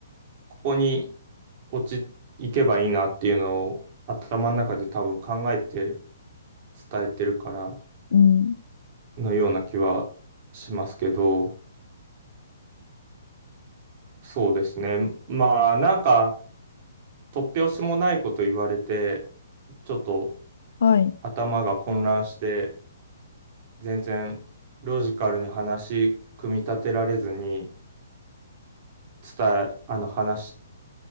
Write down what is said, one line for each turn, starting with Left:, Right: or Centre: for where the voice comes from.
Right: ここに落ち、いけばいいなっていうのを頭の中で多分考えて伝えてるから
Left: うん。
Right: のような気はしますけど、そうですね。まあ、なんか、突拍子もないこと言われて、ちょっと、
Left: はい。
Right: 頭が混乱して全然ロジカルに話組み立てられずに伝え、あの話し